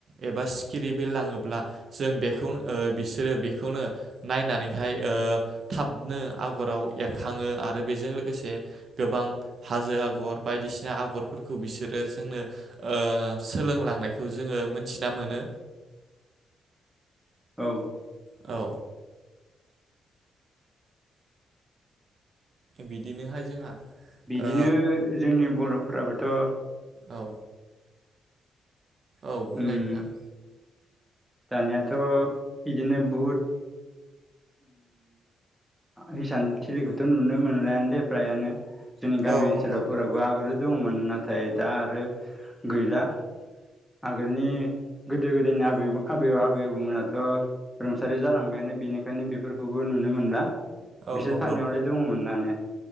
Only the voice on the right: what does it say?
एबा सिखिरि बिरलाङोब्ला जों बेखौनो बिसोरो बेखौनो नायनानैहाय थाबनो आगराव एरखाङो आरो बेजों लोगोसे गोबां हाजो आगर बायदिसिना आगरफोरखौ बिसोरो आरो जोंनो सोलोंलांनायखौ जोङो मोनथिना मोनो।
औ बिदिनोहाय जोंहा
ओ
औ। औ बुंलाय
नोंथां।
औ
नंगौ
औ
नंगौ